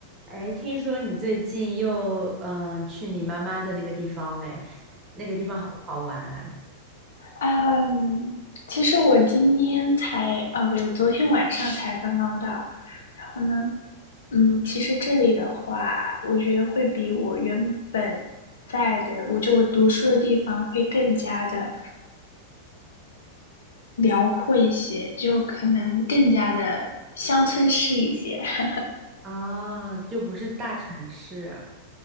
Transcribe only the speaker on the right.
哎，听说你最近又嗯去你妈妈的那个地方嘞，那个地方好不好玩啊？
啊，就不是大城市